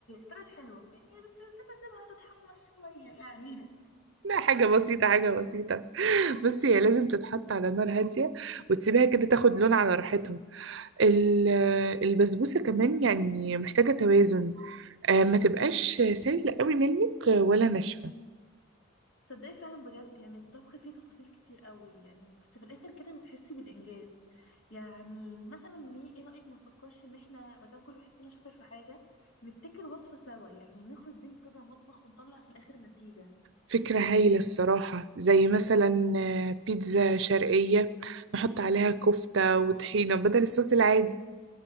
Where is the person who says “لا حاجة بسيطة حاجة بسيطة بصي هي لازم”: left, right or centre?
Right